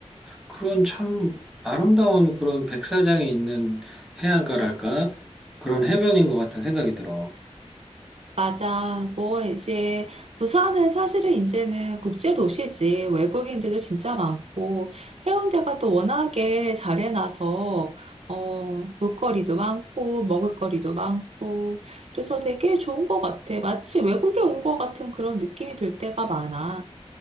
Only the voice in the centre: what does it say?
그런 참 아름다운 그런 백사장이 있는 해안가랄까? 그런 해변인 것 같은 생각이 들어.